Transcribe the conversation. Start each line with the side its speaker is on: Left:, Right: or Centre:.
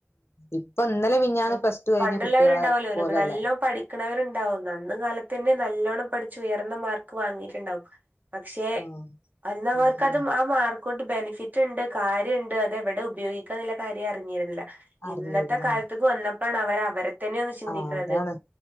Left: ഇപ്പൊ ഇന്നലെ മിഞ്ഞാന്ന്
Right: അതെ
Left: പ്ലസ് ടു കഴിഞ്ഞ
Right: പണ്ടുള്ളവര്ണ്ടാവല്ലോ
Left: കുട്ടികളെ
Right: ഓരൊന്ന്
Left: പോലല്ല
Right: നല്ലോം പഠിക്കണവരുണ്ടാവും അന്ന് കാലത്ത് തന്നെ നല്ലോണം പഠിച്ചു ഉയർന്നമാർക്ക് വാങ്ങീറ്റ്ണ്ടാവും. പക്ഷെ
Left: ഉം,
Right: അന്നവർക്ക്
Left: ഉം, ഉം.
Right: അത് ആ മാർ കൊണ്ട് ബെനിഫിറ്റ്ണ്ട് കാര്യണ്ട് അതെവടെ ഉപയോഗി ക്കണന്ന്ള്ള കാര്യം അറിഞ്ഞിര്ന്നില.
Left: അറിഞ്ഞിരുന്നു
Right: ഇന്നത്തെ കാലത്ത്ക്ക്
Left: ഉം.
Right: വന്ന പ്പാണ് അവര് അവരെ തന്നെ ഒന്ന് ചിന്തിക്കണത്.
Left: ആ അതാണ്